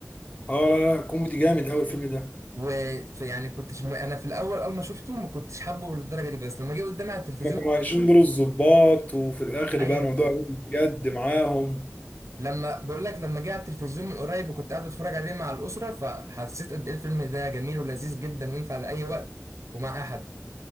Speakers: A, on the left (about 30°); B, on the right (about 80°).
A: آه لا لا كوميدي جامد أوي الفيلم ده
B: ويعني كنتش م... انا في الاول اول ما شفته ما كنتش حابه للدرجه دي بس لما جه قدامي على التلفزيون
A: هما كانوا عايشين
B: <laughs>
A: دور الضباط وفي الآخر
B: ايوه
A: بقى الموضوع
B: ايوه
A: قلب بجد معاهم
B: لما بقول لك لما جه على التلفزيون من قريب وكنت قاعد بتفرج عليه مع الاسره فحسيت قد ايه الفيلم ده جميل ولذيذ جدا وينفع لاي وقت ومع اي حد